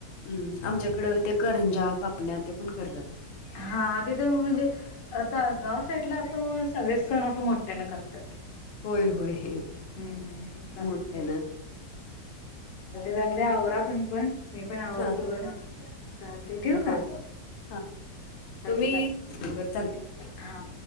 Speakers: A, on the left; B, on the left.
A: हम् आमच्याकडं ते करंजा कापण्या ते पण करतात.
B: हा तिथं म्हणजे आता आगाव साईडला असं सगळे सण असं मोठ्याना करतात.
A: होय होय.
B: हम्म चालत
A: मोठ्या
B: चालते
A: ना
B: चालते आवरातून पण. मी पण आवडतो
A: हा
B: बर. चालते ठेव
A: बरं
B: का
A: हा
B: चालते
A: तुम्ही
B: बाय
A: बरं चालते
B: हा.